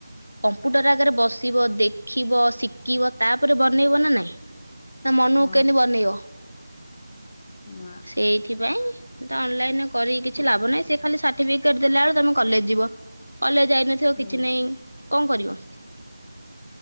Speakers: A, on the left; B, on the left.
A: କମ୍ପ୍ୟୁଟର ଆଗରେ ବସିବ ଦେଖିବ ଶିଖିବ ତାପରେ ବନେଇବ ନା ନାଇଁ? ତା ମନୁକୁ
B: ହଁ
A: କେମିତି ବନେଇବ
B: ହଁ
A: ସେଇ ଥିପାଇଁ ତ ଅନ୍ଲାଇନ୍ ରେ କରିକି କିଛି ଲାଭ ନାହିଁ ସେ ଖାଲି ସାର୍ଟିଫିକେଟ ଦେଲା ବେଳେ ତମ କଲେଜ ଯିବ। କଲେଜ ଯାଇନଥିବ
B: ହୁଁ।
A: କିଛି ନାଇଁ କଣ କରିବ?